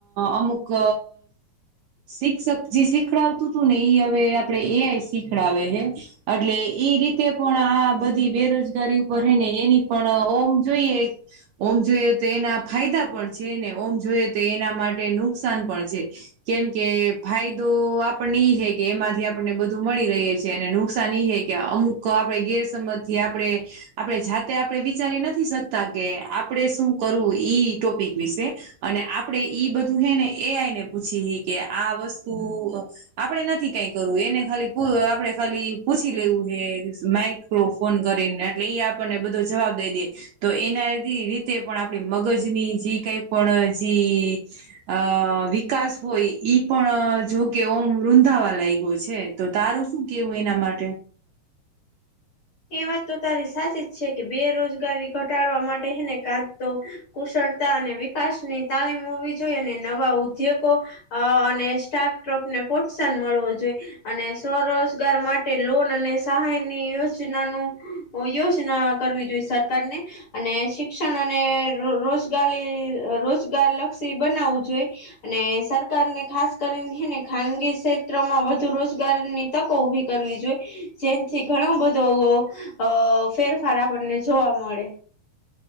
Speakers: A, on the right (about 80°); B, on the left (about 55°).
A: અમુક ક શિક્ષક જે સિખડાવતું તું ને ઈ હવે આપડે એ આઈ શીખડાવે હે. અટલે ઈ રીતે પણ આ બધી બેરોજગારી ઉપર હે ને એની પણ ઓમ જોઈએ ઓમ જોઈએ તો એના ફાયદા પણ છે ને ઓમ જોઈએ તો એના માટે નુકસાન પણ છે. કેમ કે ફાયદો આપ ણે ઈ હે કે એમાંથી આપણને બધું મળી રહે છે અને નુકસાન ઈ હે કે અમુક આપણે ગેરસમજ જે આપણે આપણે જાતે આપણે વિચારી નથી શકતા કે આપડે શું કરવું ઈ ટોપિક વિશે. અને આપડે ઈ બધું હે ને એ આઈ ને પૂછી હી કે આ વસ્તુ આપડે નથી કઈ કરવું એને ખાલી પૂ આપણે ખાલી પૂછી લેવું હે માઈક્રોફોન કરીને એટલે ઈ આપણને બધો જવાબ દઈ દે. તો એના રીતે પણ આપણી મગજની જી કઈ પણ જી અ વિકાસ હોય ઈ પણ જો કે ઓ મ રુંંધાવા લાઇ? ગ ગયો છે. તો તારું શું કેવું એના માટે
B: એ વાત તો તારી સાચી જ છે કે બેરોજગારી ઘટાડવા માટે છેને કા તો કુશળતા અને વિકાસની તાલીમ હોવી જોઈએ અને નવા ઉદ્યોગો અ અને સ્ટાર્ટઅપ ને પ્રોત્સાહન મળવો જોઈએ. અને સ્વરોજગાર માટે લોન અને સહાય ની યોજ નાનું ઓ યોજના કરવી જોઈએ સરકાર ને. અને શિક્ષણ અને રોજગારી રોજગાર લક્ષી બનાવવું જોઈ. અને સરકાર ને ખાસ કરીને હે ને ખાનગી ક્ષેત્ર માં વધુ રોજગારની તકો ઉભી કરવી જોઈએ જેન થી ઘણું બ ધો અ ફેરફાર આપણને જોવા મળે.